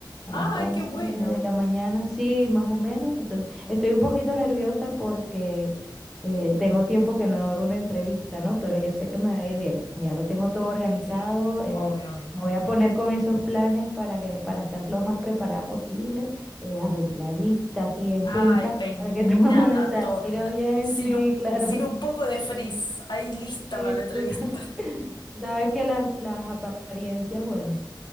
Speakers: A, in the centre; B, on the left.
A: a
B: ¡Ay,
A: las 11
B: qué bueno!
A: de la mañana, sí, más o menos. Entonces, estoy un poquito nerviosa porque eh, tengo tiempo que no hago una entrevista, ¿no? Pero yo sé que me va a ir bien. Ya lo tengo todo organizado.
B: Sí, obvio,
A: eh,
B: obvio, obvio.
A: me voy a poner con esos planes para que, para estar lo más preparada posible, eh, arregladita, así en
B: ¡Ay,
A: punta,
B: peinada
A: para que todo <laughs> me salga
B: toda!
A: bien.
B: Sin
A: Sí,
B: un,
A: claro,
B: sin un poco de frizz. Ahí lista
A: Sí,
B: para la entrevista.
A: tú sa- <laughs>
B: <laughs>
A: tú sabes que las, las apariencias, bueno,